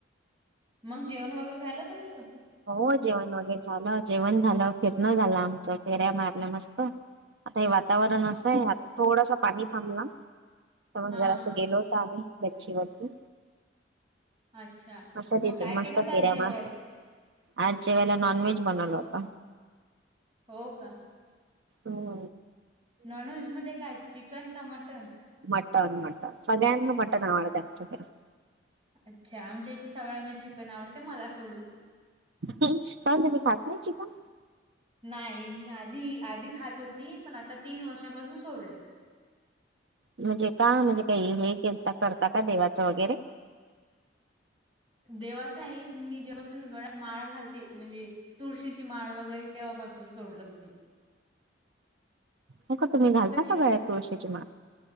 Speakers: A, on the right (about 30°); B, on the right (about 70°).
A: मग जेवण वगैरे झालं तुमचं
B: हो जेवण वगैरे झालं जेवण झालं. फिरण झालं आमच फेऱ्या मारलं मस्त. आता हे वातावरण असं आहे आ थोडस पाणी थांबला. तर मग
A: हा
B: जरा अस
A: हा
B: गेलो होत आम्ही गच्ची वरती.
A: अच्छा
B: असं
A: मग
B: तिथे
A: काय.
B: मस्त
A: केलं होत आज
B: फेऱ्या
A: जेवायला
B: मार आजचे जेवायला नॉनवेज बनवल होता.
A: हो का?
B: हो.
A: नॉनव्हेज मध्ये काय चिकन, का मटण?
B: मटण, मटण. सगळ्यांना मटण आवडते आमच्या घरी.
A: अच्छा. आमच्या इथे सगळ्यांना चिकन आवडते, मला सोडून.
B: हं, पण तुम्ही खात नाही चिकन?
A: नाही, मी आधी आधी खात होती, पण आता तीन वर्षापासून सोडलं.
B: म्हणजे का, म्हणजे काही वेगळे केलता करता का देवाचं वगैरे?
A: देवाच नाही, पण मी जेव्हापासून गळ्यात माळ घालते, म्हणजे तुळशीची माळ वगैरे, तेव्हा बसून तोडलंच मी.
B: मग का, तुम्ही घालता
A: चिकन
B: का गळ्यात तुळशीची माळ?